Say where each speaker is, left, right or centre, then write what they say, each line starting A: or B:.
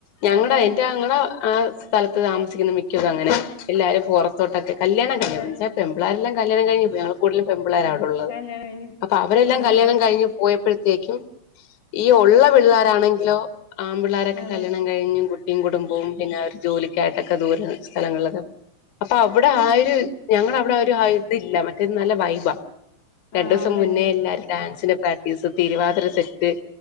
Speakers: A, on the left; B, on the left.
A: ഞങ്ങടെ
B: അതെ
A: എന്റെ
B: അതെ
A: ആങ്ങള ആ സ്ഥലത്ത് താമസിക്കുന്ന മിക്കതും അങ്ങനെ എല്ലാരും പുറത്തോട്ടൊക്കെ കല്യാണ കഴ-
B: അതെ
A: പെൺപിള്ളേരെല്ലാം കല്യാണം കഴിഞ്ഞപ്പോ ഞങ്ങ കുടുതലും പെൺപിള്ളേർ ആണ് ഉള്ളത്
B: കല്യാണം കഴിഞ്ഞ്
A: അപ്പൊ അവരെല്ലാം
B: ആ അതെ
A: കല്യാണം കഴിഞ്ഞഞ് പോയപ്പോഴത്തേക്കും ഈ ഉള്ള പിള്ളേരാാണെങ്കിലോ ആ പിള്ളേരൊക്കെ
B: അതെ
A: കല്യാണം കഴിഞ്ഞു കുട്ടിയും കുടുംബവും പിന്നെ അവര് ജോലിക്കായിട്ടൊക്കെ ദൂര സ്ഥലങ്ങളിലക്കെ- അപ്പ അവിടെ ആ ഒരു ഞങ്ങള വിടെ ആ ഒരു ആ ഇതില്ല മറ്റേ നല്ല വൈബ രണ്ടുസം
B: ആ അതെ
A: മുന്നേ
B: അതെ
A: എല്ലരും ഡാൻസിന് പ്രാക്ടീസ് തിരുവാതിര സെറ്റ്-